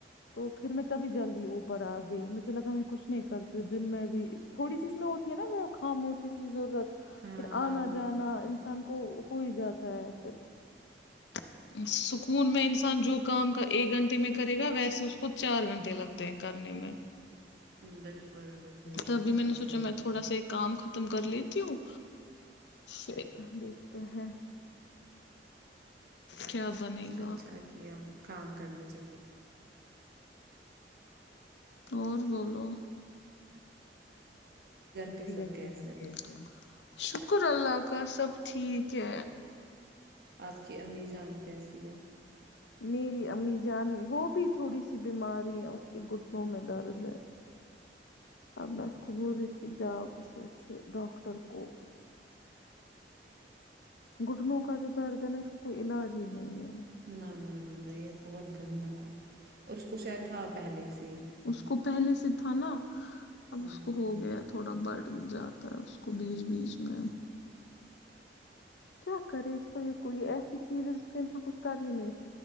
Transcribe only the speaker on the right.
ہاں
ہاں
ہاں
بالکل بالکل یہ
بات برابر
ہے
اچھا کیا کام کرنے چاہیے
پہ سب
کیسے
ہیں
آپ کی امی جان کیسی ہے
نہ نہ نہ نہ یہ بہت گندا ہے اور اس کو شاید تھا پہلے ہی سے ہی
ہاں
ہاں